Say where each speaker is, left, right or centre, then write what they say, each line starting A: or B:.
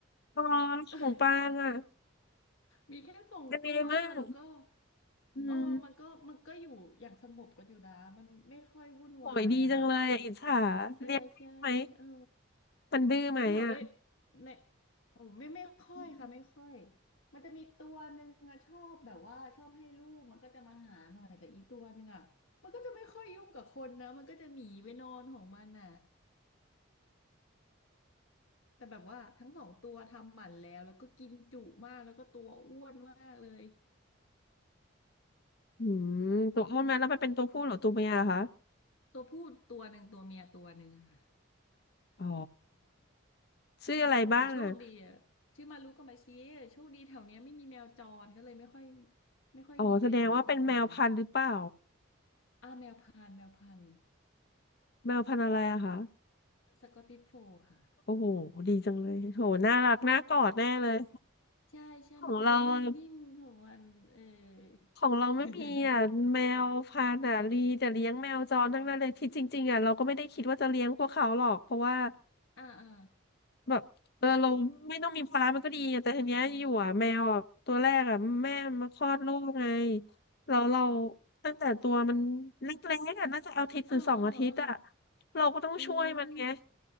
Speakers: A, on the left; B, on the left.
A: อ๋อ
B: <laughs>
A: ของปางอ่ะ
B: มีแค่สองตัวค่ะแล้วก็
A: เป็นไงมั่งอืม
B: โอ้มันก็ มันก็อยู่อย่างสงบกันอยู่นะมันไม่ค่อยวุ่นวายอะค่ะ
A: โหยดีจังเลยอ่ะอิจฉา
B: ใช่ใช่เออ
A: เลี้ยงได้ไหมมันดื้อไหมอ่ะ
B: แต่แถวได้ในโอ้ไม่ไม่ค่อยค่ะไม่ค่อย
A: อืม
B: มันจะมีตัวหนึ่งอะชอบแบบว่าชอบให้ลูกมันก็จะมาหาหน่อยแต่อีตัวหนึ่งอะมันก็จะไม่ค่อยยุ่งกับคนนะมันก็จะหนีไปนอนของมันอะแต่แบบว่าทั้งสองตัวทำหมันแล้วแล้วก็กินจุมากแล้วก็ตัวอ้วนมากเลย
A: อืมตัวอ้วนไหมแล้วมันเป็นตัวผู้เหรือตัวเมียเหรอคะ
B: ตัวผู้ตัวหนึ่งตัวเมียตัวหนึ่งค่ะ
A: อ๋อชื่ออะไรบ้างอ่ะ
B: แต่โชคดีอะชื่อมารุกับมาชิโชคดีแถวเนี้ยไม่มีแมวจรก็เลยไม่ค่อยไม่ค่อยมีมาอยู่เท่าไหร่เนาะ
A: อ๋อแสดงว่าเป็นแมวพันธุ์หรือเปล่า
B: อ่าแมวพันธุ์แมวพันธุ์
A: แมวพันธุ์อะไรอะคะ
B: สกอตติชโฟลด์ค่ะ
A: โอ้โหดีจังเลยโหน่ารักน่ากอดแน่เลย
B: ใช่ใช่มันก็จะนุ่มนิ่มของมันเออ
A: ของเราอะ ของเราไม่มีอ่ะแมวพันธุ์อ่ะลีแต่เลี้ยงแมวจรทั้งนั้นเลยที่จริงๆอ่ะเราก็ไม่ได้คิดว่าจะเลี้ยงพวกเขาหรอกเพราะว่า
B: <laughs> อ่าอ่า
A: แบบเออเราไม่ต้องมีภาระมันก็ดีอะแต่ทีเนี้ยอยู่อ่ะแมวอ่ะตัวแรกอ่ะแม่มาคลอดลูกไงเราเราตั้งแต่ตัวมันเล็กๆอ่ะน่าจะอาทิตย์หรือสองอาทิตย์อ่ะ
B: เออเออเออ
A: เราก็ต้องช่วยมันไง
B: อืม